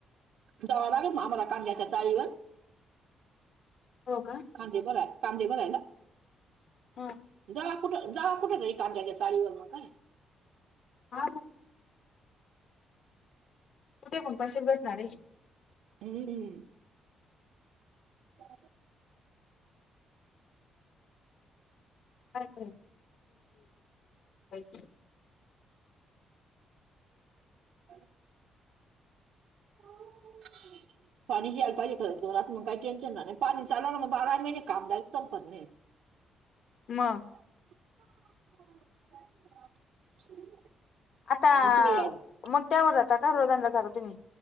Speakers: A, on the right; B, on the left.
A: जाव लागल ना आम्हाला कांद्याचा चाळीवर
B: हो का
A: कांदे भराय कांदे भरायला.
B: हा
A: जाव कुठं, जाव कुठे र काद्याच्या चाळीवर काय
B: हा कुठे <unintelligible>
A: हम हो
B: अ अ <unintelligible>
A: अ <unintelligible> हो <unintelligible> पाणी यायला काय. खरं जोरात मग काही टेन्शन नाही. पाणी चाला ना मग बारा महिने काम जायच संपत नाही. <inaudible>
B: हा
A: <unintelligible>
B: आता
A: मग कुठे यायला
B: मग, त्यावर जाता का? रोज आणायला जाता तुम्ही,